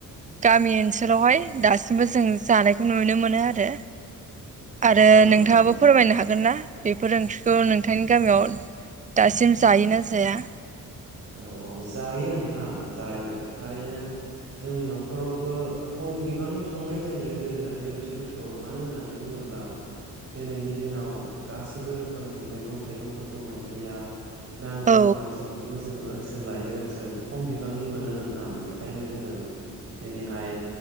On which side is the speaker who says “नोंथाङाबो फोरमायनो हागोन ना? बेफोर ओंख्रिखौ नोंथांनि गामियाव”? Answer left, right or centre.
Right